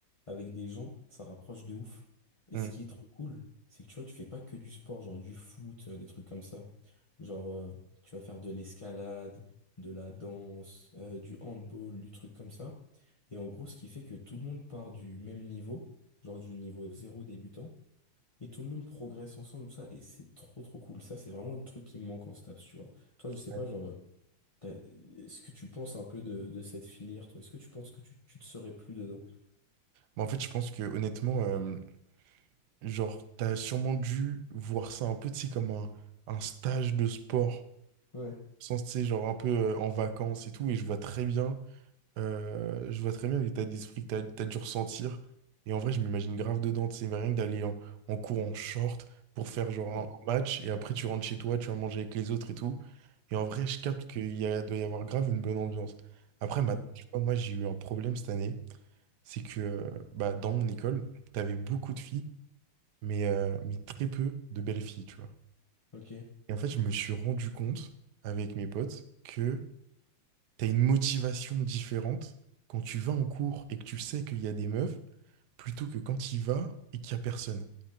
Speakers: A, on the left; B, on the right.
A: avec des gens, ça rapproche de ouf. Et
B: Hmm.
A: ce qui est trop cool, c'est que tu vois, tu fais pas que du sport, genre du foot, euh, des trucs comme ça. Genre, euh, tu vas faire de l'escalade, de la danse, euh, du handball, du truc comme ça. Et en gros, ce qui fait que tout le monde part du même niveau, genre du niveau zéro débutant. Et tout le monde progresse ensemble, ça, et c'est trop trop cool. Ça, c'est vraiment le truc qui me manque en STAPS, tu vois. Toi, je sais
B: Ouais.
A: pas, genre, t'as- est-ce que tu penses un peu de, de cette filière, toi? Est-ce que tu penses que tu, tu te serais plus dedans?
B: Mais en fait, je pense que honnêtement, euh, Genre, t'as sûrement dû voir ça un peu, tu sais, comme un, un stage de sport.
A: Ouais.
B: Sans, tu sais, genre un peu euh, en vacances et tout. Et je vois très bien, euh, je vois très bien l'état d'esprit que t'as, t'as dû ressentir. Et en vrai, je m'imagine grave dedans, tu sais, mais rien que d'aller en, en cours en short pour faire genre
A: Ouais.
B: un match. Et après, tu rentres chez toi, tu vas manger avec les autres et tout. Et en vrai, je capte qu'il y a- doit y avoir grave une bonne ambiance. Après,
A: Ouais,
B: maintenant, tu vois, moi, j'ai eu un problème cette année. C'est que euh, bah, dans mon école, t'avais beaucoup de filles mais, euh, mais très peu de belles filles, tu vois.
A: ok.
B: Et en fait, je me suis rendu compte avec mes potes que t'as une motivation différente quand tu vas en cours et que tu sais qu'il y a des meufs, plutôt que quand tu y vas et qu'il y a personne.